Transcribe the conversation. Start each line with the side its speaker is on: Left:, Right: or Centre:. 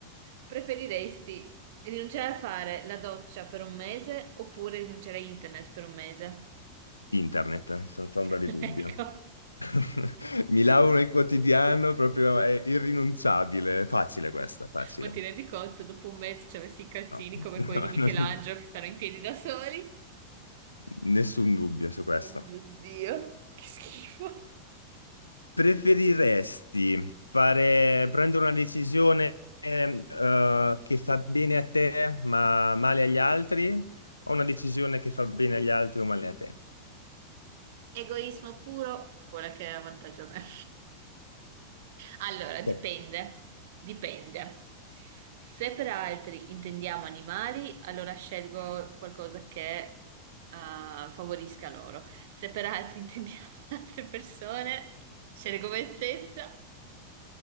Right: Preferiresti rinunciare a fare la doccia per un mese oppure rinunciare a internet per un mese?
Left: Internet, eh, senza ombra
Right: <laughs>
Left: di
Right: Ecco,
Left: dubbio. <laughs> Mi lavo nel quotidiano, proprio è irrinunciabile. Facile questa, facile.
Right: ma ti rendi conto, dopo un mese ci avessi i calzini
Left: No, <laughs>
Right: come quelli di Michelangelo
Left: no, non-
Right: che stanno in piedi da soli?
Left: nessun dubbio su questo.
Right: Oh mio Dio, che schifo.
Left: Preferiresti fare, prendere una decisione eh, eh, che fa bene a te ma male agli altri o una decisione che fa bene agli altri o male a te?
Right: Egoismo puro, quella che è vantaggio a me. Allora, dipende,
Left: Sì.
Right: dipende. Se per altri intendiamo animali, allora scelgo qualcosa che eh, favorisca loro. Se per altri intendiamo <laughs> altre persone, scelgo me stessa.